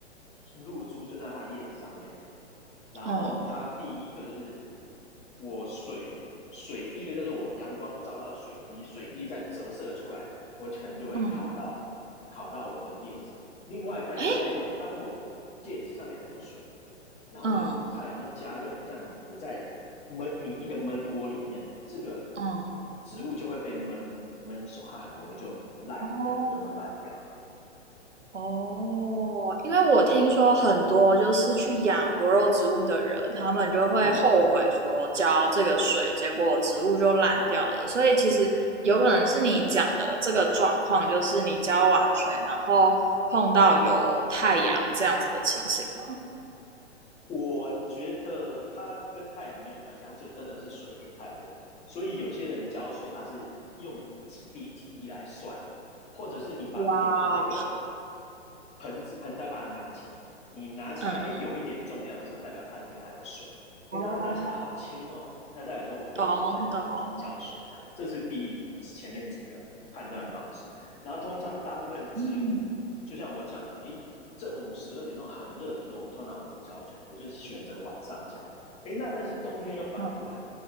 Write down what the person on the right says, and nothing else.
嗯
嗯，
哎，
嗯
嗯，
哦
哦，因为我听说很多就是去养多肉植物的人，他们就会后悔说浇这个水，
结果植物就烂掉了。所以其实有可能是你讲的这个状况，就是你浇完水，然后碰到有太阳这样子的情形吗？
哇哦，
嗯嗯，
哦，
懂懂，
嗯
嗯，